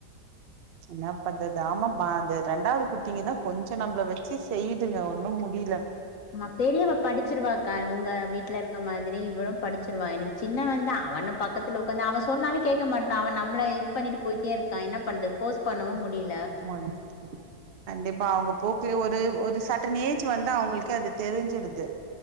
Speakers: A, on the right; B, on the left.
A: என்னா பண்றது ஆமா ப அது ரெண்டாவது குட்டிங்கதா கொஞ்சொ நம்ப்ள வெச்சி செய்யுதுக ஒன்னும் முடி
B: ஆமா பெரியவ படிச்சிருவாக் கா உங்க வீட்ல இருக்க மாதிரி இவளும் படிச்சிருவா எனக்கு சின்னவந்தா அவன பக்கத்து உக்காந்து அவ சொன்னாலு கேக்க மாட்டா அவ நம்ள இது பண்ணிட்டு போயிட்டே இருக்கா என்ன பண்றத் ஃபோர்ஸ்
A: <unintelligible>
B: பண்ணவும் முடியல
A: கண்டிப்பா அவுங்க போக்லயே உ ட்டு ஒரு சட் டன் ஏஜு வந்து அவ்ங்களுக்கே அது தெரிஞ்சிருது